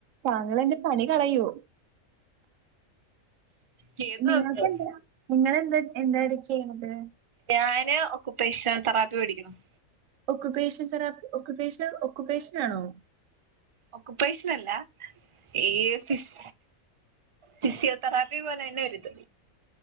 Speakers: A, on the right; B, on the right.
A: താങ്കളെന്റെ പണി കളയോ
B: ചെയ്തു
A: നിങ്ങൾക്കെന്താ
B: നോക്ക്
A: നിങ്ങെളെന്താ എന്താണ് ചെയ്യണത്?
B: ഞാന് ഒകുപ്പേഷണൽ തെറാപ്പി പടി ക്ക് ണു -
A: ഒക്കുപ്പേഷൻ തെറാപ്പി ഒകുപ്പേഷൻ ഒക്കുപ്പേഷനാണോ
B: ഒക്കുപ്പേഷനല്ല ഈ ഫിസ് ഫിസിയോതെറാപ്പി പോലെന്നെ ഒരിത്